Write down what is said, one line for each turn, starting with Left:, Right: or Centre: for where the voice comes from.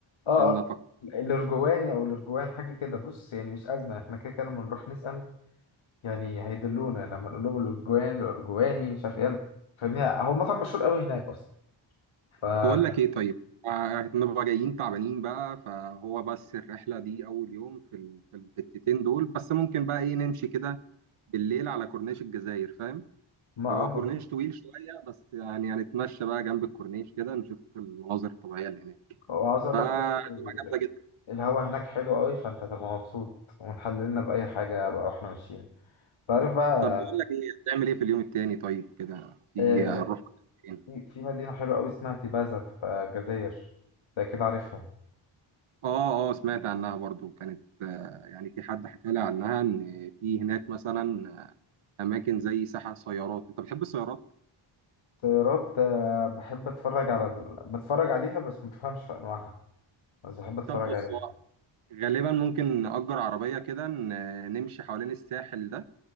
Left: اه
Right: استنى
Left: اه
Right: افكر
Left: الارجواني او الارجوان حاجه كده بص يعني مش ازمه احنا كده كده لما نروح نسال يعني هيدلونا لما نقول لهم الارجوان الارجواني مش عارف ايه فاهمني هو مطعم مشهور قوي هناك اصلا فما
Right: بقول لك ايه طيب آه، نبقى جايين تعبانين بقى فهو بس الرحله دي اول يوم في ال- في الحتتين دول بس ممكن بقى ايه نمشي كده بالليل على كورنيش الجزائر فاهم
Left: اه
Right: هو كورنيش
Left: ما-
Right: طويل شويه بس يعني هنتمشى بقى جنب الكورنيش كده نشوف المناظر الطبيعيه اللي هناك
Left: وعاوز اقول
Right: فتبقى
Left: لك برضه
Right: جامده جدا
Left: الهوا هناك حلو قوي فانت هتبقى مبسوط ونحللنا باي حاجه بقى واحنا ماشيين تعرف بقى
Right: طب بقول لك ايه هتعمل ايه في اليوم التاني طيب كده في
Left: آه،
Right: هنروح مكان فين
Left: في في مدينه حلوه قوي اسمها تيبازا في الجزائر ده كده عارفها
Right: اه اه سمعت عنها برضو كانت آه، يعني في حد حكى لي عنها ان في هناك مثلا آه، اماكن زي ساحة سيارات انت بتحب السيارات
Left: طيارات آه، بحب اتفرج على بتفرج عليها بس ما بفهمش في انواعها بس بحب اتفرج
Right: طب بص
Left: عليها
Right: هو غالبا ممكن نأجر عربية كده ن- نمشي حوالين الساحل ده